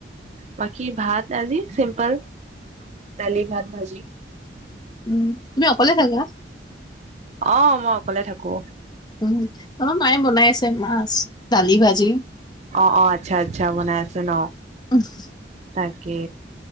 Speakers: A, on the right (about 40°); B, on the left (about 25°).
A: বাকী, ভাত আজি চিম্পল। ডালি-ভাত-ভাজি।
B: উম, তুমি অকলে থাকা?
A: অ', মই অকলে থাকো।
B: উম, আমাৰ মায়ে বনাই আছে মাছ, দালি, ভাজি।
A: অ', অ', আচ্ছা, আচ্ছা বনাই আছে ন।
B: <inaudible>
A: তাকে,